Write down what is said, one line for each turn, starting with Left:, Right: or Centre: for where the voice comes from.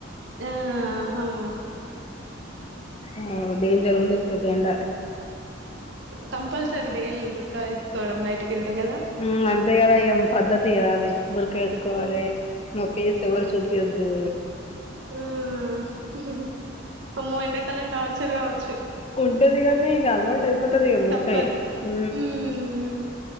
Right: ఆ హమ్మో
Left: అగో డేంజర్ ఉంది ఇప్పుటి ఎండ
Right: కంపల్సరి డైలీ బురఖా వేసుకోవడం బయటికి కేళ్తే కదా
Left: ఉమ్, అంతే కదా ఇగ పద్ధతి కదా అది బురక ఏసుకోవాలే
Right: ఆ
Left: మా ఫేస్ ఎవరు చూపియద్దు
Right: ఆ హు అమ్మో ఎండాకాలం టార్చర్ కావచ్చు
Left: ఉంటది కని ఇగ అలవాటు అయిపోతది బురకయే
Right: తప్పదు
Left: ఉ
Right: ఉమ్